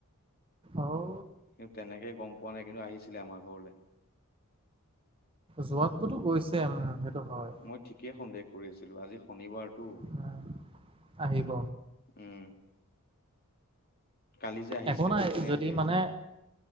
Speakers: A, on the right; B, on the left.
A: অও।
B: কিন্তু তেনেকে গম পোৱা নাই কিন্তু আহিছিলে আমাৰ ঘৰলৈ।
A: যোৱাতটোতো গৈছে উম সেইটো হয়।
B: মই ঠিকেই সন্দেহ কৰি আছিলো আজি শনিবাৰটো।
A: উম, আহিব
B: উম। কালি যে আহিছিলে
A: একো নাই
B: সেইকাৰণে
A: যদি
B: আজি আহিছে।
A: মানে